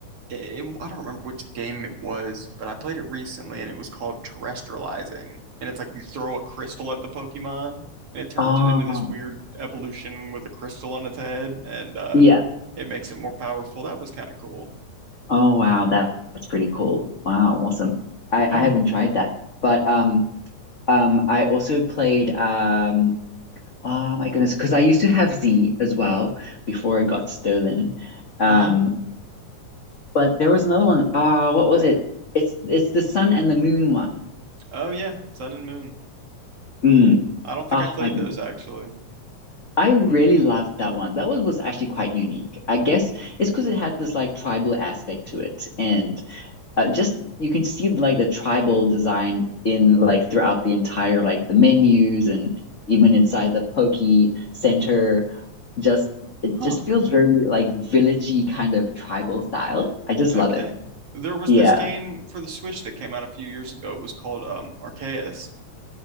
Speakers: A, on the right (about 55°); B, on the left (about 80°).
A: i i- don't remember which game it was, but I played it recently and it was called terrestrializing. And it's like you throw a crystal at the Pokemon and it turns
B: Oh
A: it into this weird evolution with a crystal on its head and uh
B: yeah.
A: it makes it more powerful. That was kind of cool.
B: Oh wow, that that's pretty cool. Wow, awesome. I
A: Yeah.
B: I haven't tried that. But um um I also played um oh my goodness, because I used to have Z as well before it got stolen. Um
A: Uh,
B: but there was another one. Ah, what was it? It's it's the sun and the moon one.
A: oh yeah, Sun and Moon.
B: Mm.
A: I don't think
B: Oh
A: I played
B: my goodness.
A: those actually.
B: I really loved that one. That one was actually quite unique. I guess it's because it had this like tribal aspect to it. And uh, just you can see like the tribal design in like throughout the entire like the menus and even inside the Poke Center. Just it
A: Huh.
B: just feels very like villagey kind of tribal style. I just
A: Okay.
B: love it.
A: There was
B: Yeah.
A: this game for the Switch that came out a few years ago. It was called um Arceus.